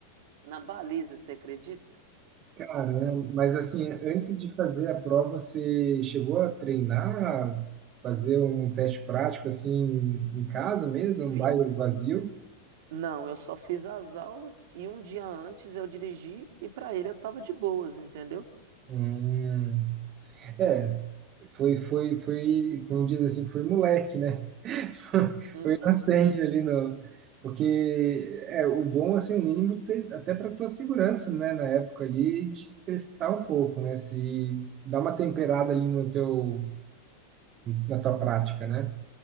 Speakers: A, on the right; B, on the right.
A: na baliza, você acredita?
B: Caramba, mas assim, antes de fazer a prova, você chegou a treinar, fazer um teste prático assim em casa mesmo, um
A: Fi-
B: bairro vazio?
A: Não, eu só fiz as aulas e um dia antes eu dirigi e pra ele eu tava de boas, entendeu?
B: Hum, é, foi, foi, foi, como diz assim, foi moleque, né? <laughs>
A: Uhum.
B: Acende ali no. Porque é o bom, assim, o mínimo, ter- até para tua segurança, né? Na época ali, de testar um pouco, né? Se dá uma temperada ali no teu, na tua prática, né?